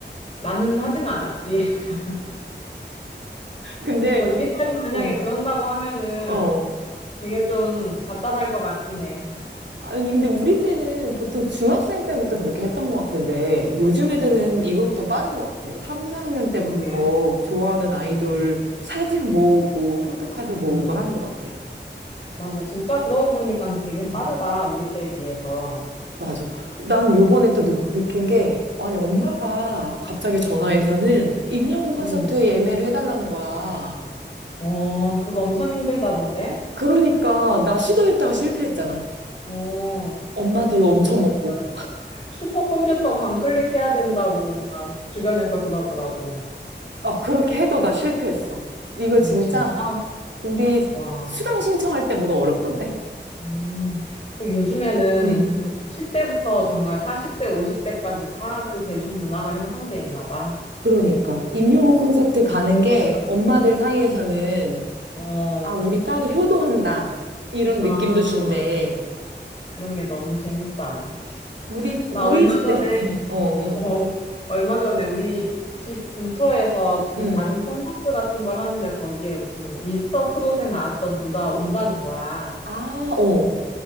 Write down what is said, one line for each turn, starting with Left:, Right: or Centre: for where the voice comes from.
Left: 나는 하진 않았지. <laughs>
Right: 근데,
Left: 근데 우리 딸이 만약에
Right: 어,
Left: 그런다고 하면은
Right: 어.
Left: 되게 좀 답답할 것 같긴 해.
Right: 아니, 근데 우리 때는 보통 중학생 때부터 그렇게 했던 것 같은데, 요즘
Left: 음,
Right: 애들은 이거보다 빠른 것 같아. 3, 4학년
Left: 그러게.
Right: 때부터 좋아하는 아이돌
Left: 음,
Right: 사진 모으고, 포토카드 모으고
Left: 음.
Right: 하는 것 같아.
Left: 맞아. 진짜 그러고 보니까 되게
Right: 응,
Left: 빠르다. 우리 때에 비해서.
Right: 맞아. 난 요번에 또 느, 느낀 게, 아니, 엄마가 갑자기 전화해서는 임영웅 콘서트
Left: 음.
Right: 예매를 해달라는 거야.
Left: 어, 그거 엄청 힘들다던데?
Right: 그러니까 나 시도했다가 실패했잖아.
Left: 어,
Right: 엄마 뒤 엄청
Left: 그거 진짜
Right: 먹고.
Left: 슈퍼컴퓨터 광클릭해야 된다고 막 주변에서 그러더라고.
Right: 어, 그렇게 해도 나 실패했어. 이거
Left: 어,
Right: 진짜
Left: 진짜?
Right: 우리
Left: 와.
Right: 수강 신청할 때보다 어렵던데?
Left: 음. 그 요즘에는
Right: 음.
Left: 10대부터 정말 40대, 50대까지 다 그 대중문화가 형성돼 있나 봐.
Right: 그러니까 임영웅 콘서트 가는 게 엄마들 사이에서는
Left: 어,
Right: 아, 우리 딸이 효도한다. 이런
Left: 아,
Right: 느낌도 준대.
Left: 그러게 너무 재밌다.
Right: 우리
Left: 나
Right: 우리
Left: 얼마
Right: 시대
Left: 전에
Right: 때. <laughs> 어, 어
Left: 어, 얼마 전에 우리 집 근처에서 무슨
Right: 응.
Left: 작은 콘서트 같은 걸 하는데 거기에 무슨 미스터 트롯에 나왔던 누가 온다는 거야.
Right: 아, 어.